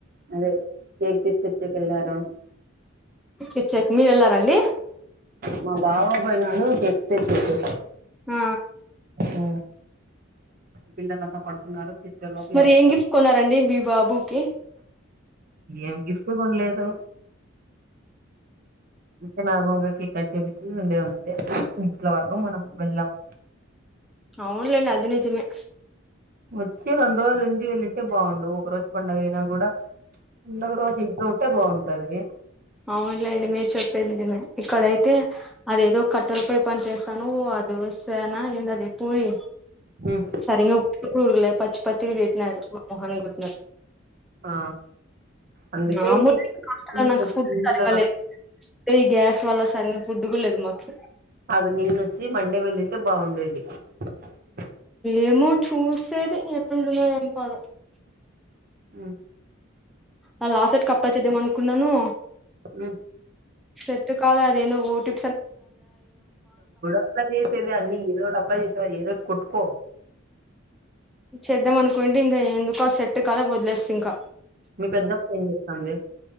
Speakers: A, on the right; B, in the centre.
A: అదే కేక్ తీస్కెళ్ళారు
B: ఇచ్చక్ మీర్ వెళ్లారండి
A: మా బావ పోయినాడు చర్చికి
B: ఆ
A: ఓ పిల్లలంతా పడుకున్నారు తెచ్చే లోపలే
B: మరి
A: వేస్తారు
B: ఏం గిఫ్ట్ కొన్నారండి మీ బాబుకి
A: ఏం గిఫ్ట్ కొనలే సో ఇంట్లో నార్మల్గా కేక్ కట్ చేపిచ్చి ఉండే అంతే ఇంట్లో వరకు మనం వెళ్ళాము
B: అవునులేండి అది నిజమే
A: వచ్చి రెండు రోజులు నుండి వెళ్ళింటే బాగుండు ఒక రోజు పండుగ అయినా కూడా పండగ రోజు ఇంట్లో ఉంటే బాగుంటది
B: అవునులేండి మీరు చెప్పేది నిజమే ఇక్కడైతే అది ఏదో కట్ తల పయి పని చేస్తాను ఆ దోసనా ఏందది పూరి
A: హ్మ్.
B: సరిగా ఉప్పుగుల్లె పచ్చి పచ్చిగా చేసినారు మా మోహన్ కొట్టినారు
A: ఆ అందుకే
B: మామూలు హాస్టల్లో
A: నిన్న
B: నాకు ఫుడ్
A: నిన్న
B: సరిగా లేదు ఈ గ్యాస్ వల్ల సరిగా ఫుడ్ కూడా లేదు మాకు
A: కాదు నిన్నొచ్చి మండే వెళ్ళింటే <inaudible>
B: ఏమో చూసేది ఎట్లుంటానో ఏం పాడో
A: ఆ
B: ఆ లాసెట్ కు అప్లై చేద్దామనుకున్నాను
A: ఉ
B: ఎట్టు కాలే అది ఏంది ఓటి
A: అప్లై చేసేది అన్ని ఏదో ఒకటి అప్లై చేసే ఏదోటి కోట్కో
B: చేద్దాం అనుకోండి ఇంగా ఎందుకో సెట్ కాలే వదిలేస్తి ఇంకా
A: మీ పెద్దక్క ఏం చేత్తాంది